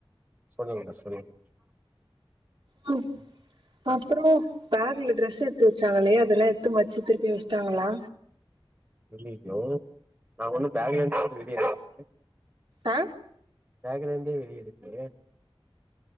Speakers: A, on the right (about 20°); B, on the right (about 60°).
A: சொல்லுங் மேடம் சொல்லுங்க
B: ம் பத்ரமா பேக்ல டிரெஸ் எடுத்து வச்சாங்களே அதெல்லா எத்து மச்சு திருப்பியு வச்ட்டாங்ளா
A: இல்லைங்கோ நா ஒன்னு பேக்லா எடுத்து ரெடி <inaudible>
B: ஆ
A: பேக்ல இருந்து வெளிய எடுத்து